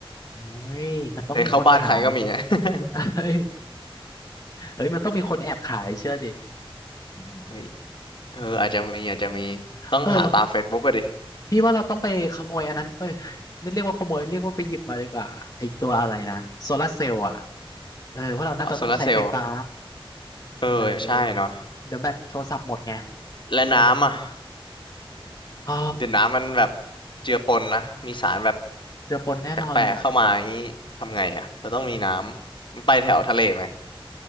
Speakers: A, on the left; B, on the left.
A: เฮ้ยมันต้องมีคนขาย
B: เดินเข้าบ้านใครก็มีอะ
A: <laughs> เฮ้ย
B: <laughs>
A: เอ้ยมันต้องมีคนแอบขายเชื่อดิอืม
B: เฮ้ยเอออาจจะมีอาจจะมีต้องหาตาม
A: เออแล้ว
B: Facebook ก็ดิ
A: พี่ว่าเราต้องไปขโมยอันนั้นเอ้ยไม่เรียกว่าขโมย เรียกว่าไปหยิบมาดีกว่าไอตัวอะไรนะโซลาเซลล์อ่ะ เออว่าะเราน่าจะต้องใช้ไฟฟ้า
B: อ๋อโซลาร์เซลล์เออใช่เนาะ
A: เออเดี๋ยวแบตโทรศัพท์หมดไง
B: และน้ำอ่ะ
A: อ๋อ
B: เดี๋ยวน้ำมันแบบเจือปนนะมีสารแบบ
A: เจือปนแน่นอนเลยอ่ะ
B: แปลกๆเข้ามาอย่างนี้ทำไงอ่ะเราต้องมีน้ำไปแถวทะเลไหม